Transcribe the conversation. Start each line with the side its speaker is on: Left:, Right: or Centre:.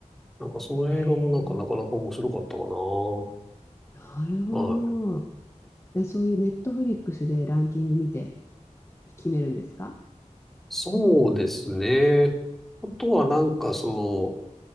Centre: なんかその映画もなんかなかなか面白かったかな。
Left: へえ、なるほど。
Centre: はい。
Left: で、そういうネットフリックスでランキング見て。決めるんですか
Centre: そうですね。あとはなんかその、